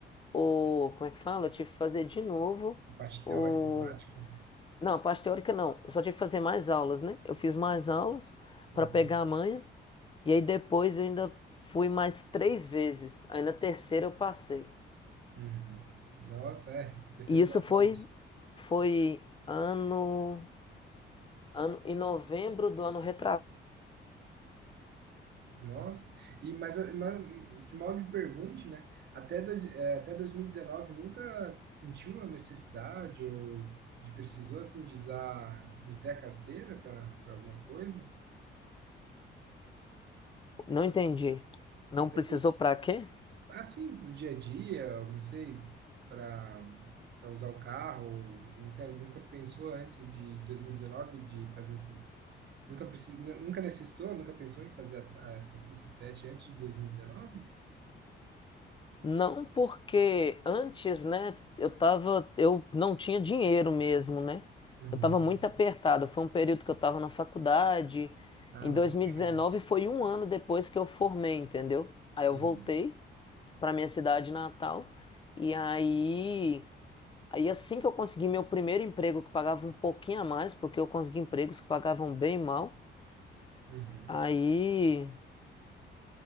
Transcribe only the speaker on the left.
o, como é que fala? Eu tive que fazer de novo
o,
não, a parte teórica não, eu só tive que fazer mais aulas, né? Eu fiz mais aulas
pra pegar a manha e aí depois eu ainda fui mais três vezes, aí na terceira eu passei.
E isso
foi
foi ano ano em novembro do ano retrasado.
Não entendi. Não
precisou pra quê?
Não, porque antes, né, eu tava, eu não tinha dinheiro mesmo, né?
Eu tava muito apertado. Foi um período que eu tava na faculdade.
Em
2019
foi um ano depois que eu formei, entendeu? Aí eu
voltei pra minha cidade natal e aí, aí assim que eu consegui meu primeiro emprego que pagava um pouquinho a mais, porque eu consegui empregos que pagavam bem mal.
Aí,